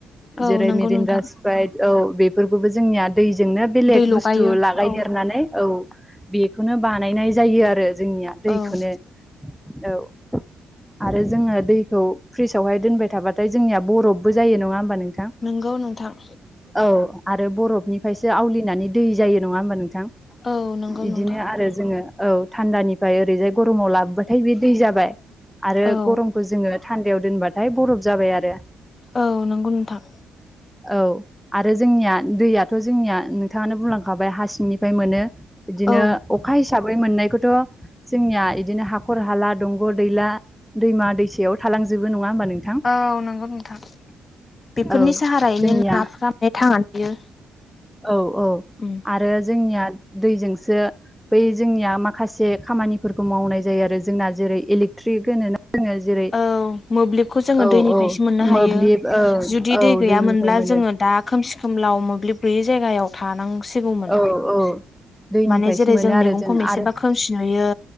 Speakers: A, on the left; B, in the centre.
A: औ
B: जेरै
A: नंगौ
B: मिरिनरास
A: नोंथां
B: सिप्राइद औ बेफोरखौबो जोंनिया दैजोंनो बेलेग
A: दै लगायो
B: बुस्थु लागायदेरनानै
A: औ
B: औ बेखौनो बानायनाय जायो आरो जोंनिया दैखोनो
A: औ
B: औ। आरो जोङो दैखौ फ्रिजावहाय दोनबाय थाबाथाय जोंनिया बरफबो जायो नङा ओमबा नोंथां?
A: नोंगौ नोंथां।
B: औ आरो बरफनिफ्रायसो आवलिनानै दै जायो नङा ओमबा नोंथां?
A: औ नंगौ
B: इदिनो
A: नोंथां
B: आरो जोङो औ। थान्दानिफ्राय ओरैजाय गरमाव लाबोबाथाय बे दै जाबाय आरो
A: औ
B: गरम खौ जोङो थान्दायाव दोनबाथाय बरफ जाबाय आरो।
A: औ नंगौ नोंथां।
B: औ आरो जोंनिया दैयाथ' जोंनिया नोंथाङानो बुंलांखाबाय हासिंनिफ्राय मोनो। बिदिनो
A: औ
B: अखा हिसाबै मोननायखौथ' जोंनिया इदिनो हाखर हाला दंग' दैला दैमा दैसायाव थालांजोबो नङा ओमबा नोंथां?
A: औ नंगौ नोंथां बेफोरनि
B: औ
A: साहारायैनो
B: जोंनिया
A: नाफ्रा माने थांनानै थायो
B: औ औ
A: उम
B: आरो जोंनिया दैजोंसो बै जोंनिया माखासे खामानिफोरखौ मावनाय जायो आरो जोंना जेरै इलेक्ट्रिक होनोना जोङो? जेरै
A: औ मोब्लिबखौ जोङो
B: औ
A: दैनिफ्रायसो
B: औ
A: मोननो हायो
B: मोब्लिब औ
A: जुदि
B: औ
A: दै गैयामोनब्ला
B: दैनिफ्राय मोनो
A: जोङो दा खोमसि खोमलाव मोब्लिब गैयि जायगायाव थानांसिगौमोन
B: औ औ दैनिफ्रायसो
A: माने जेरै
B: मोनो
A: जों
B: आरो
A: मैगंखौ मोनसेबा
B: आरो
A: खोम सि नुयो